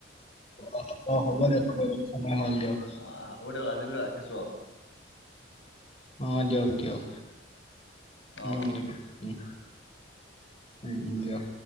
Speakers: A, on the left; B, on the left.
A: অ', অ, হ'ব দিয়ক হ'ব দিয়ক সময় হ'ল দিয়ক।
B: অ, হ'ব দিয়ক আজিলে ৰাখিছো আৰু।
A: অ', দিয়ক দিয়ক।
B: অ
A: উম
B: অ
A: দ উম, উম, উম দিয়ক।